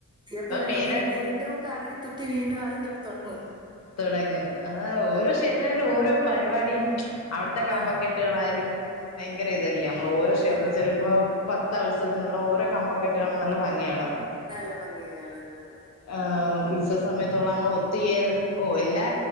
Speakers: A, on the right; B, on the left.
A: തീർന്നുകഴിഞ്ഞിട്ട്
B: മെയിന
A: ഇനി നീണ്ടും കറങ്ങിത്തുറ്റി വീണ്ടും ആദ്യം തൊട്ട് തൊട്ങ്ങും.
B: തുടങ്ങ് അതാ ഓരോ ക്ഷേത്രങ്ങളും ഓരോ പരിപാടിയും. അവിട്ത്തെ കമ്പക്കെട്ടുകളായാലും
A: ആ.
B: ഭയങ്കര ഇതല്ലേ നമ്മൾ ഓരോ ക്ഷേത്ര
A: ആ.
B: ചെല്ലുമ്പോൾ പ ത്തഉത്സവത്തിനുള്ള ഓരോ കമ്പക്കെട്ട് കാണ നല്ല ഭംഗിയാണ്.
A: നല്ല ഭംഗിയ കാണാനത്.
B: ആഹ് ഉത്സവ സമയത്തള്ളമ്മ ഒത്തിയേര് ഓഹ് എല്ലാ